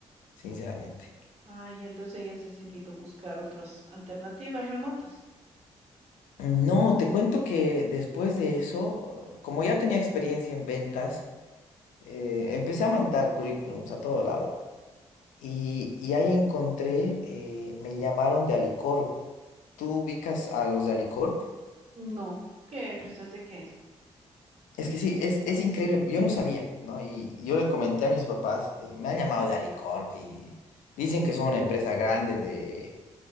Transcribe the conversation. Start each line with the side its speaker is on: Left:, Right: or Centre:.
Left: sinceramente.
Right: Ah, ya, entonces ella has decidido buscar otras alternativas remotas.
Left: No, te cuento que después de eso, como ya tenía experiencia en ventas, eh, empecé a mandar currículums a todo lado y, y ahí encontré, eh, me llamaron de Alicorp. ¿Tú ubicas a los de Alicorp?
Right: No. ¿Qué empresa es de qué es?
Left: Es que sí, es, es increíble, yo no sabía, ¿no? Y y yo le comenté a mis papás, eh, me han llamado de Alicorp y dicen que son una empresa grande de